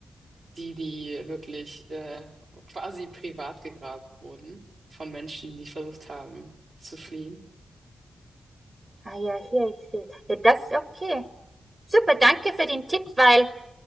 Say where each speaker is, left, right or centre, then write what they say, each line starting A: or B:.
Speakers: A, on the right; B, on the right.
A: die, die wirklich äh, quasi privat gegraben wurden von Menschen, die versucht haben zu fliehen.
B: Ah ja, hier, ich sehe. Ja, das ist okay. Super, danke für den Tipp, weil